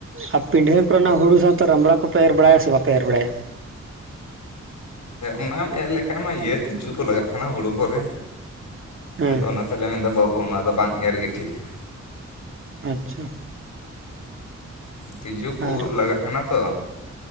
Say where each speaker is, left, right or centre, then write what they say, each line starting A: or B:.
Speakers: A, on the right (about 45°); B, on the left (about 75°).
A: ᱟᱨ ᱯᱤᱸᱰᱷᱟᱹ ᱠᱚ ᱨᱮᱱᱟᱜ ᱦᱩᱲᱩ ᱥᱟᱶᱼᱼ ᱛᱚ ᱨᱟᱢᱲᱟ ᱠᱚᱯᱮ ᱮᱨ ᱵᱟᱲᱟᱭᱟ ᱥᱮ ᱵᱟᱯᱮ ᱮᱨ ᱵᱟᱲᱟᱭᱟ?
B: ᱚᱱᱟᱢ ᱮᱨ ᱞᱮᱠᱷᱟᱱ ᱢᱟ ᱤᱭᱟᱹ ᱛᱤᱪᱩ ᱠᱚ ᱞᱟᱜᱟᱜ ᱠᱟᱱᱟ ᱦᱩᱲᱩ ᱠᱚᱨᱮ᱾
A: ᱦᱮᱸ
B: ᱟᱫᱚ ᱚᱱᱟ ᱛᱮᱞᱮ ᱢᱮᱱᱫᱟ ᱵᱟᱹᱵᱩ ᱚᱱᱟ ᱫᱚ ᱵᱟᱝ ᱮᱨ ᱜᱮ ᱴᱷᱤᱠᱟ
A: ᱟᱪᱪᱷᱟ
B: ᱛᱤᱡᱩ ᱠᱚ
A: ᱟᱨ
B: ᱞᱟᱜᱟᱜ ᱠᱟᱱᱟ ᱛᱚ᱾